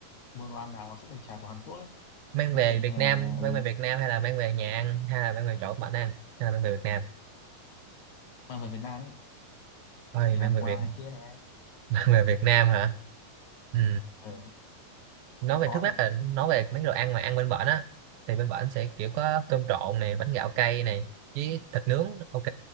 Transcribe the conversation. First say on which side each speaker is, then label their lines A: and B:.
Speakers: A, on the left; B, on the right.
A: mua đồ ăn nào mà sức đề chả của Hàn Quốc ấy
B: mang
A: ví
B: về
A: dụ như
B: Việt
A: là
B: Nam
A: ừ,
B: mang về Việt Nam hay là mang về nhà ăn hay là mang về chỗ bạn ăn hay là mang về Việt Nam
A: mang về Việt Nam ấy
B: thôi
A: để
B: mang
A: làm
B: về
A: quà
B: Việt
A: này kia nè
B: <laughs> mang về Việt Nam hả ừ.
A: ờ
B: nói
A: cái
B: về
A: khó
B: trước mắt
A: nhỉ
B: là nói về mấy đồ ăn mà ăn bên bển á thì bên bển sẽ kiểu có cơm trộn này bánh gạo cay này với thịt nướng ok